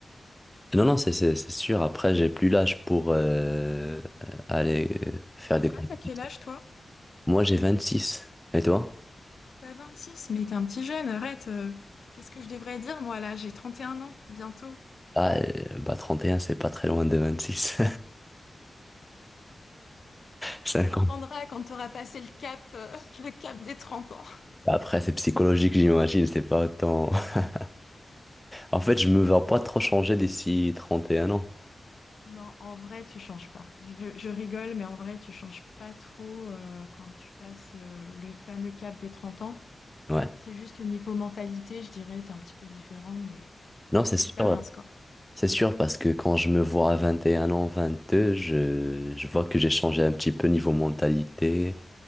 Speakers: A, in the centre; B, on the left.
A: non, non, c'est c'est- c'est sûr. Après, j'ai plus l'âge pour euh, aller euh, faire
B: Pourquoi?
A: des compétitions.
B: T'as quel âge, toi?
A: Moi, j'ai 26. Et toi?
B: T'as vingt six, mais t'es un petit jeune, arrête. euh, Qu'est-ce que je devrais dire, moi, là? J'ai 31 ans, bientôt.
A: Ah, euh, bah 31, c'est pas très loin de 26. 5
B: Tu comprendras
A: <laughs>
B: quand tu auras passé le cap, euh, <laughs> le cap des 30 ans.
A: Après, c'est psychologique, j'imagine, c'est pas autant. <laughs> En fait, je me vois pas trop changer d'ici 31 ans.
B: Non, en vrai, tu changes pas. Je, je rigole, mais en vrai, tu changes pas trop euh, quand tu passes euh, le fameux cap des 30 ans.
A: Ouais.
B: C'est juste au niveau mentalité, je dirais, t'es un petit peu différent, mais
A: Non,
B: c'est
A: c'est sûr.
B: l'expérience, quoi.
A: C'est sûr parce que quand je me vois à 21 ans, vingt deux je, je vois que j'ai changé un petit peu niveau mentalité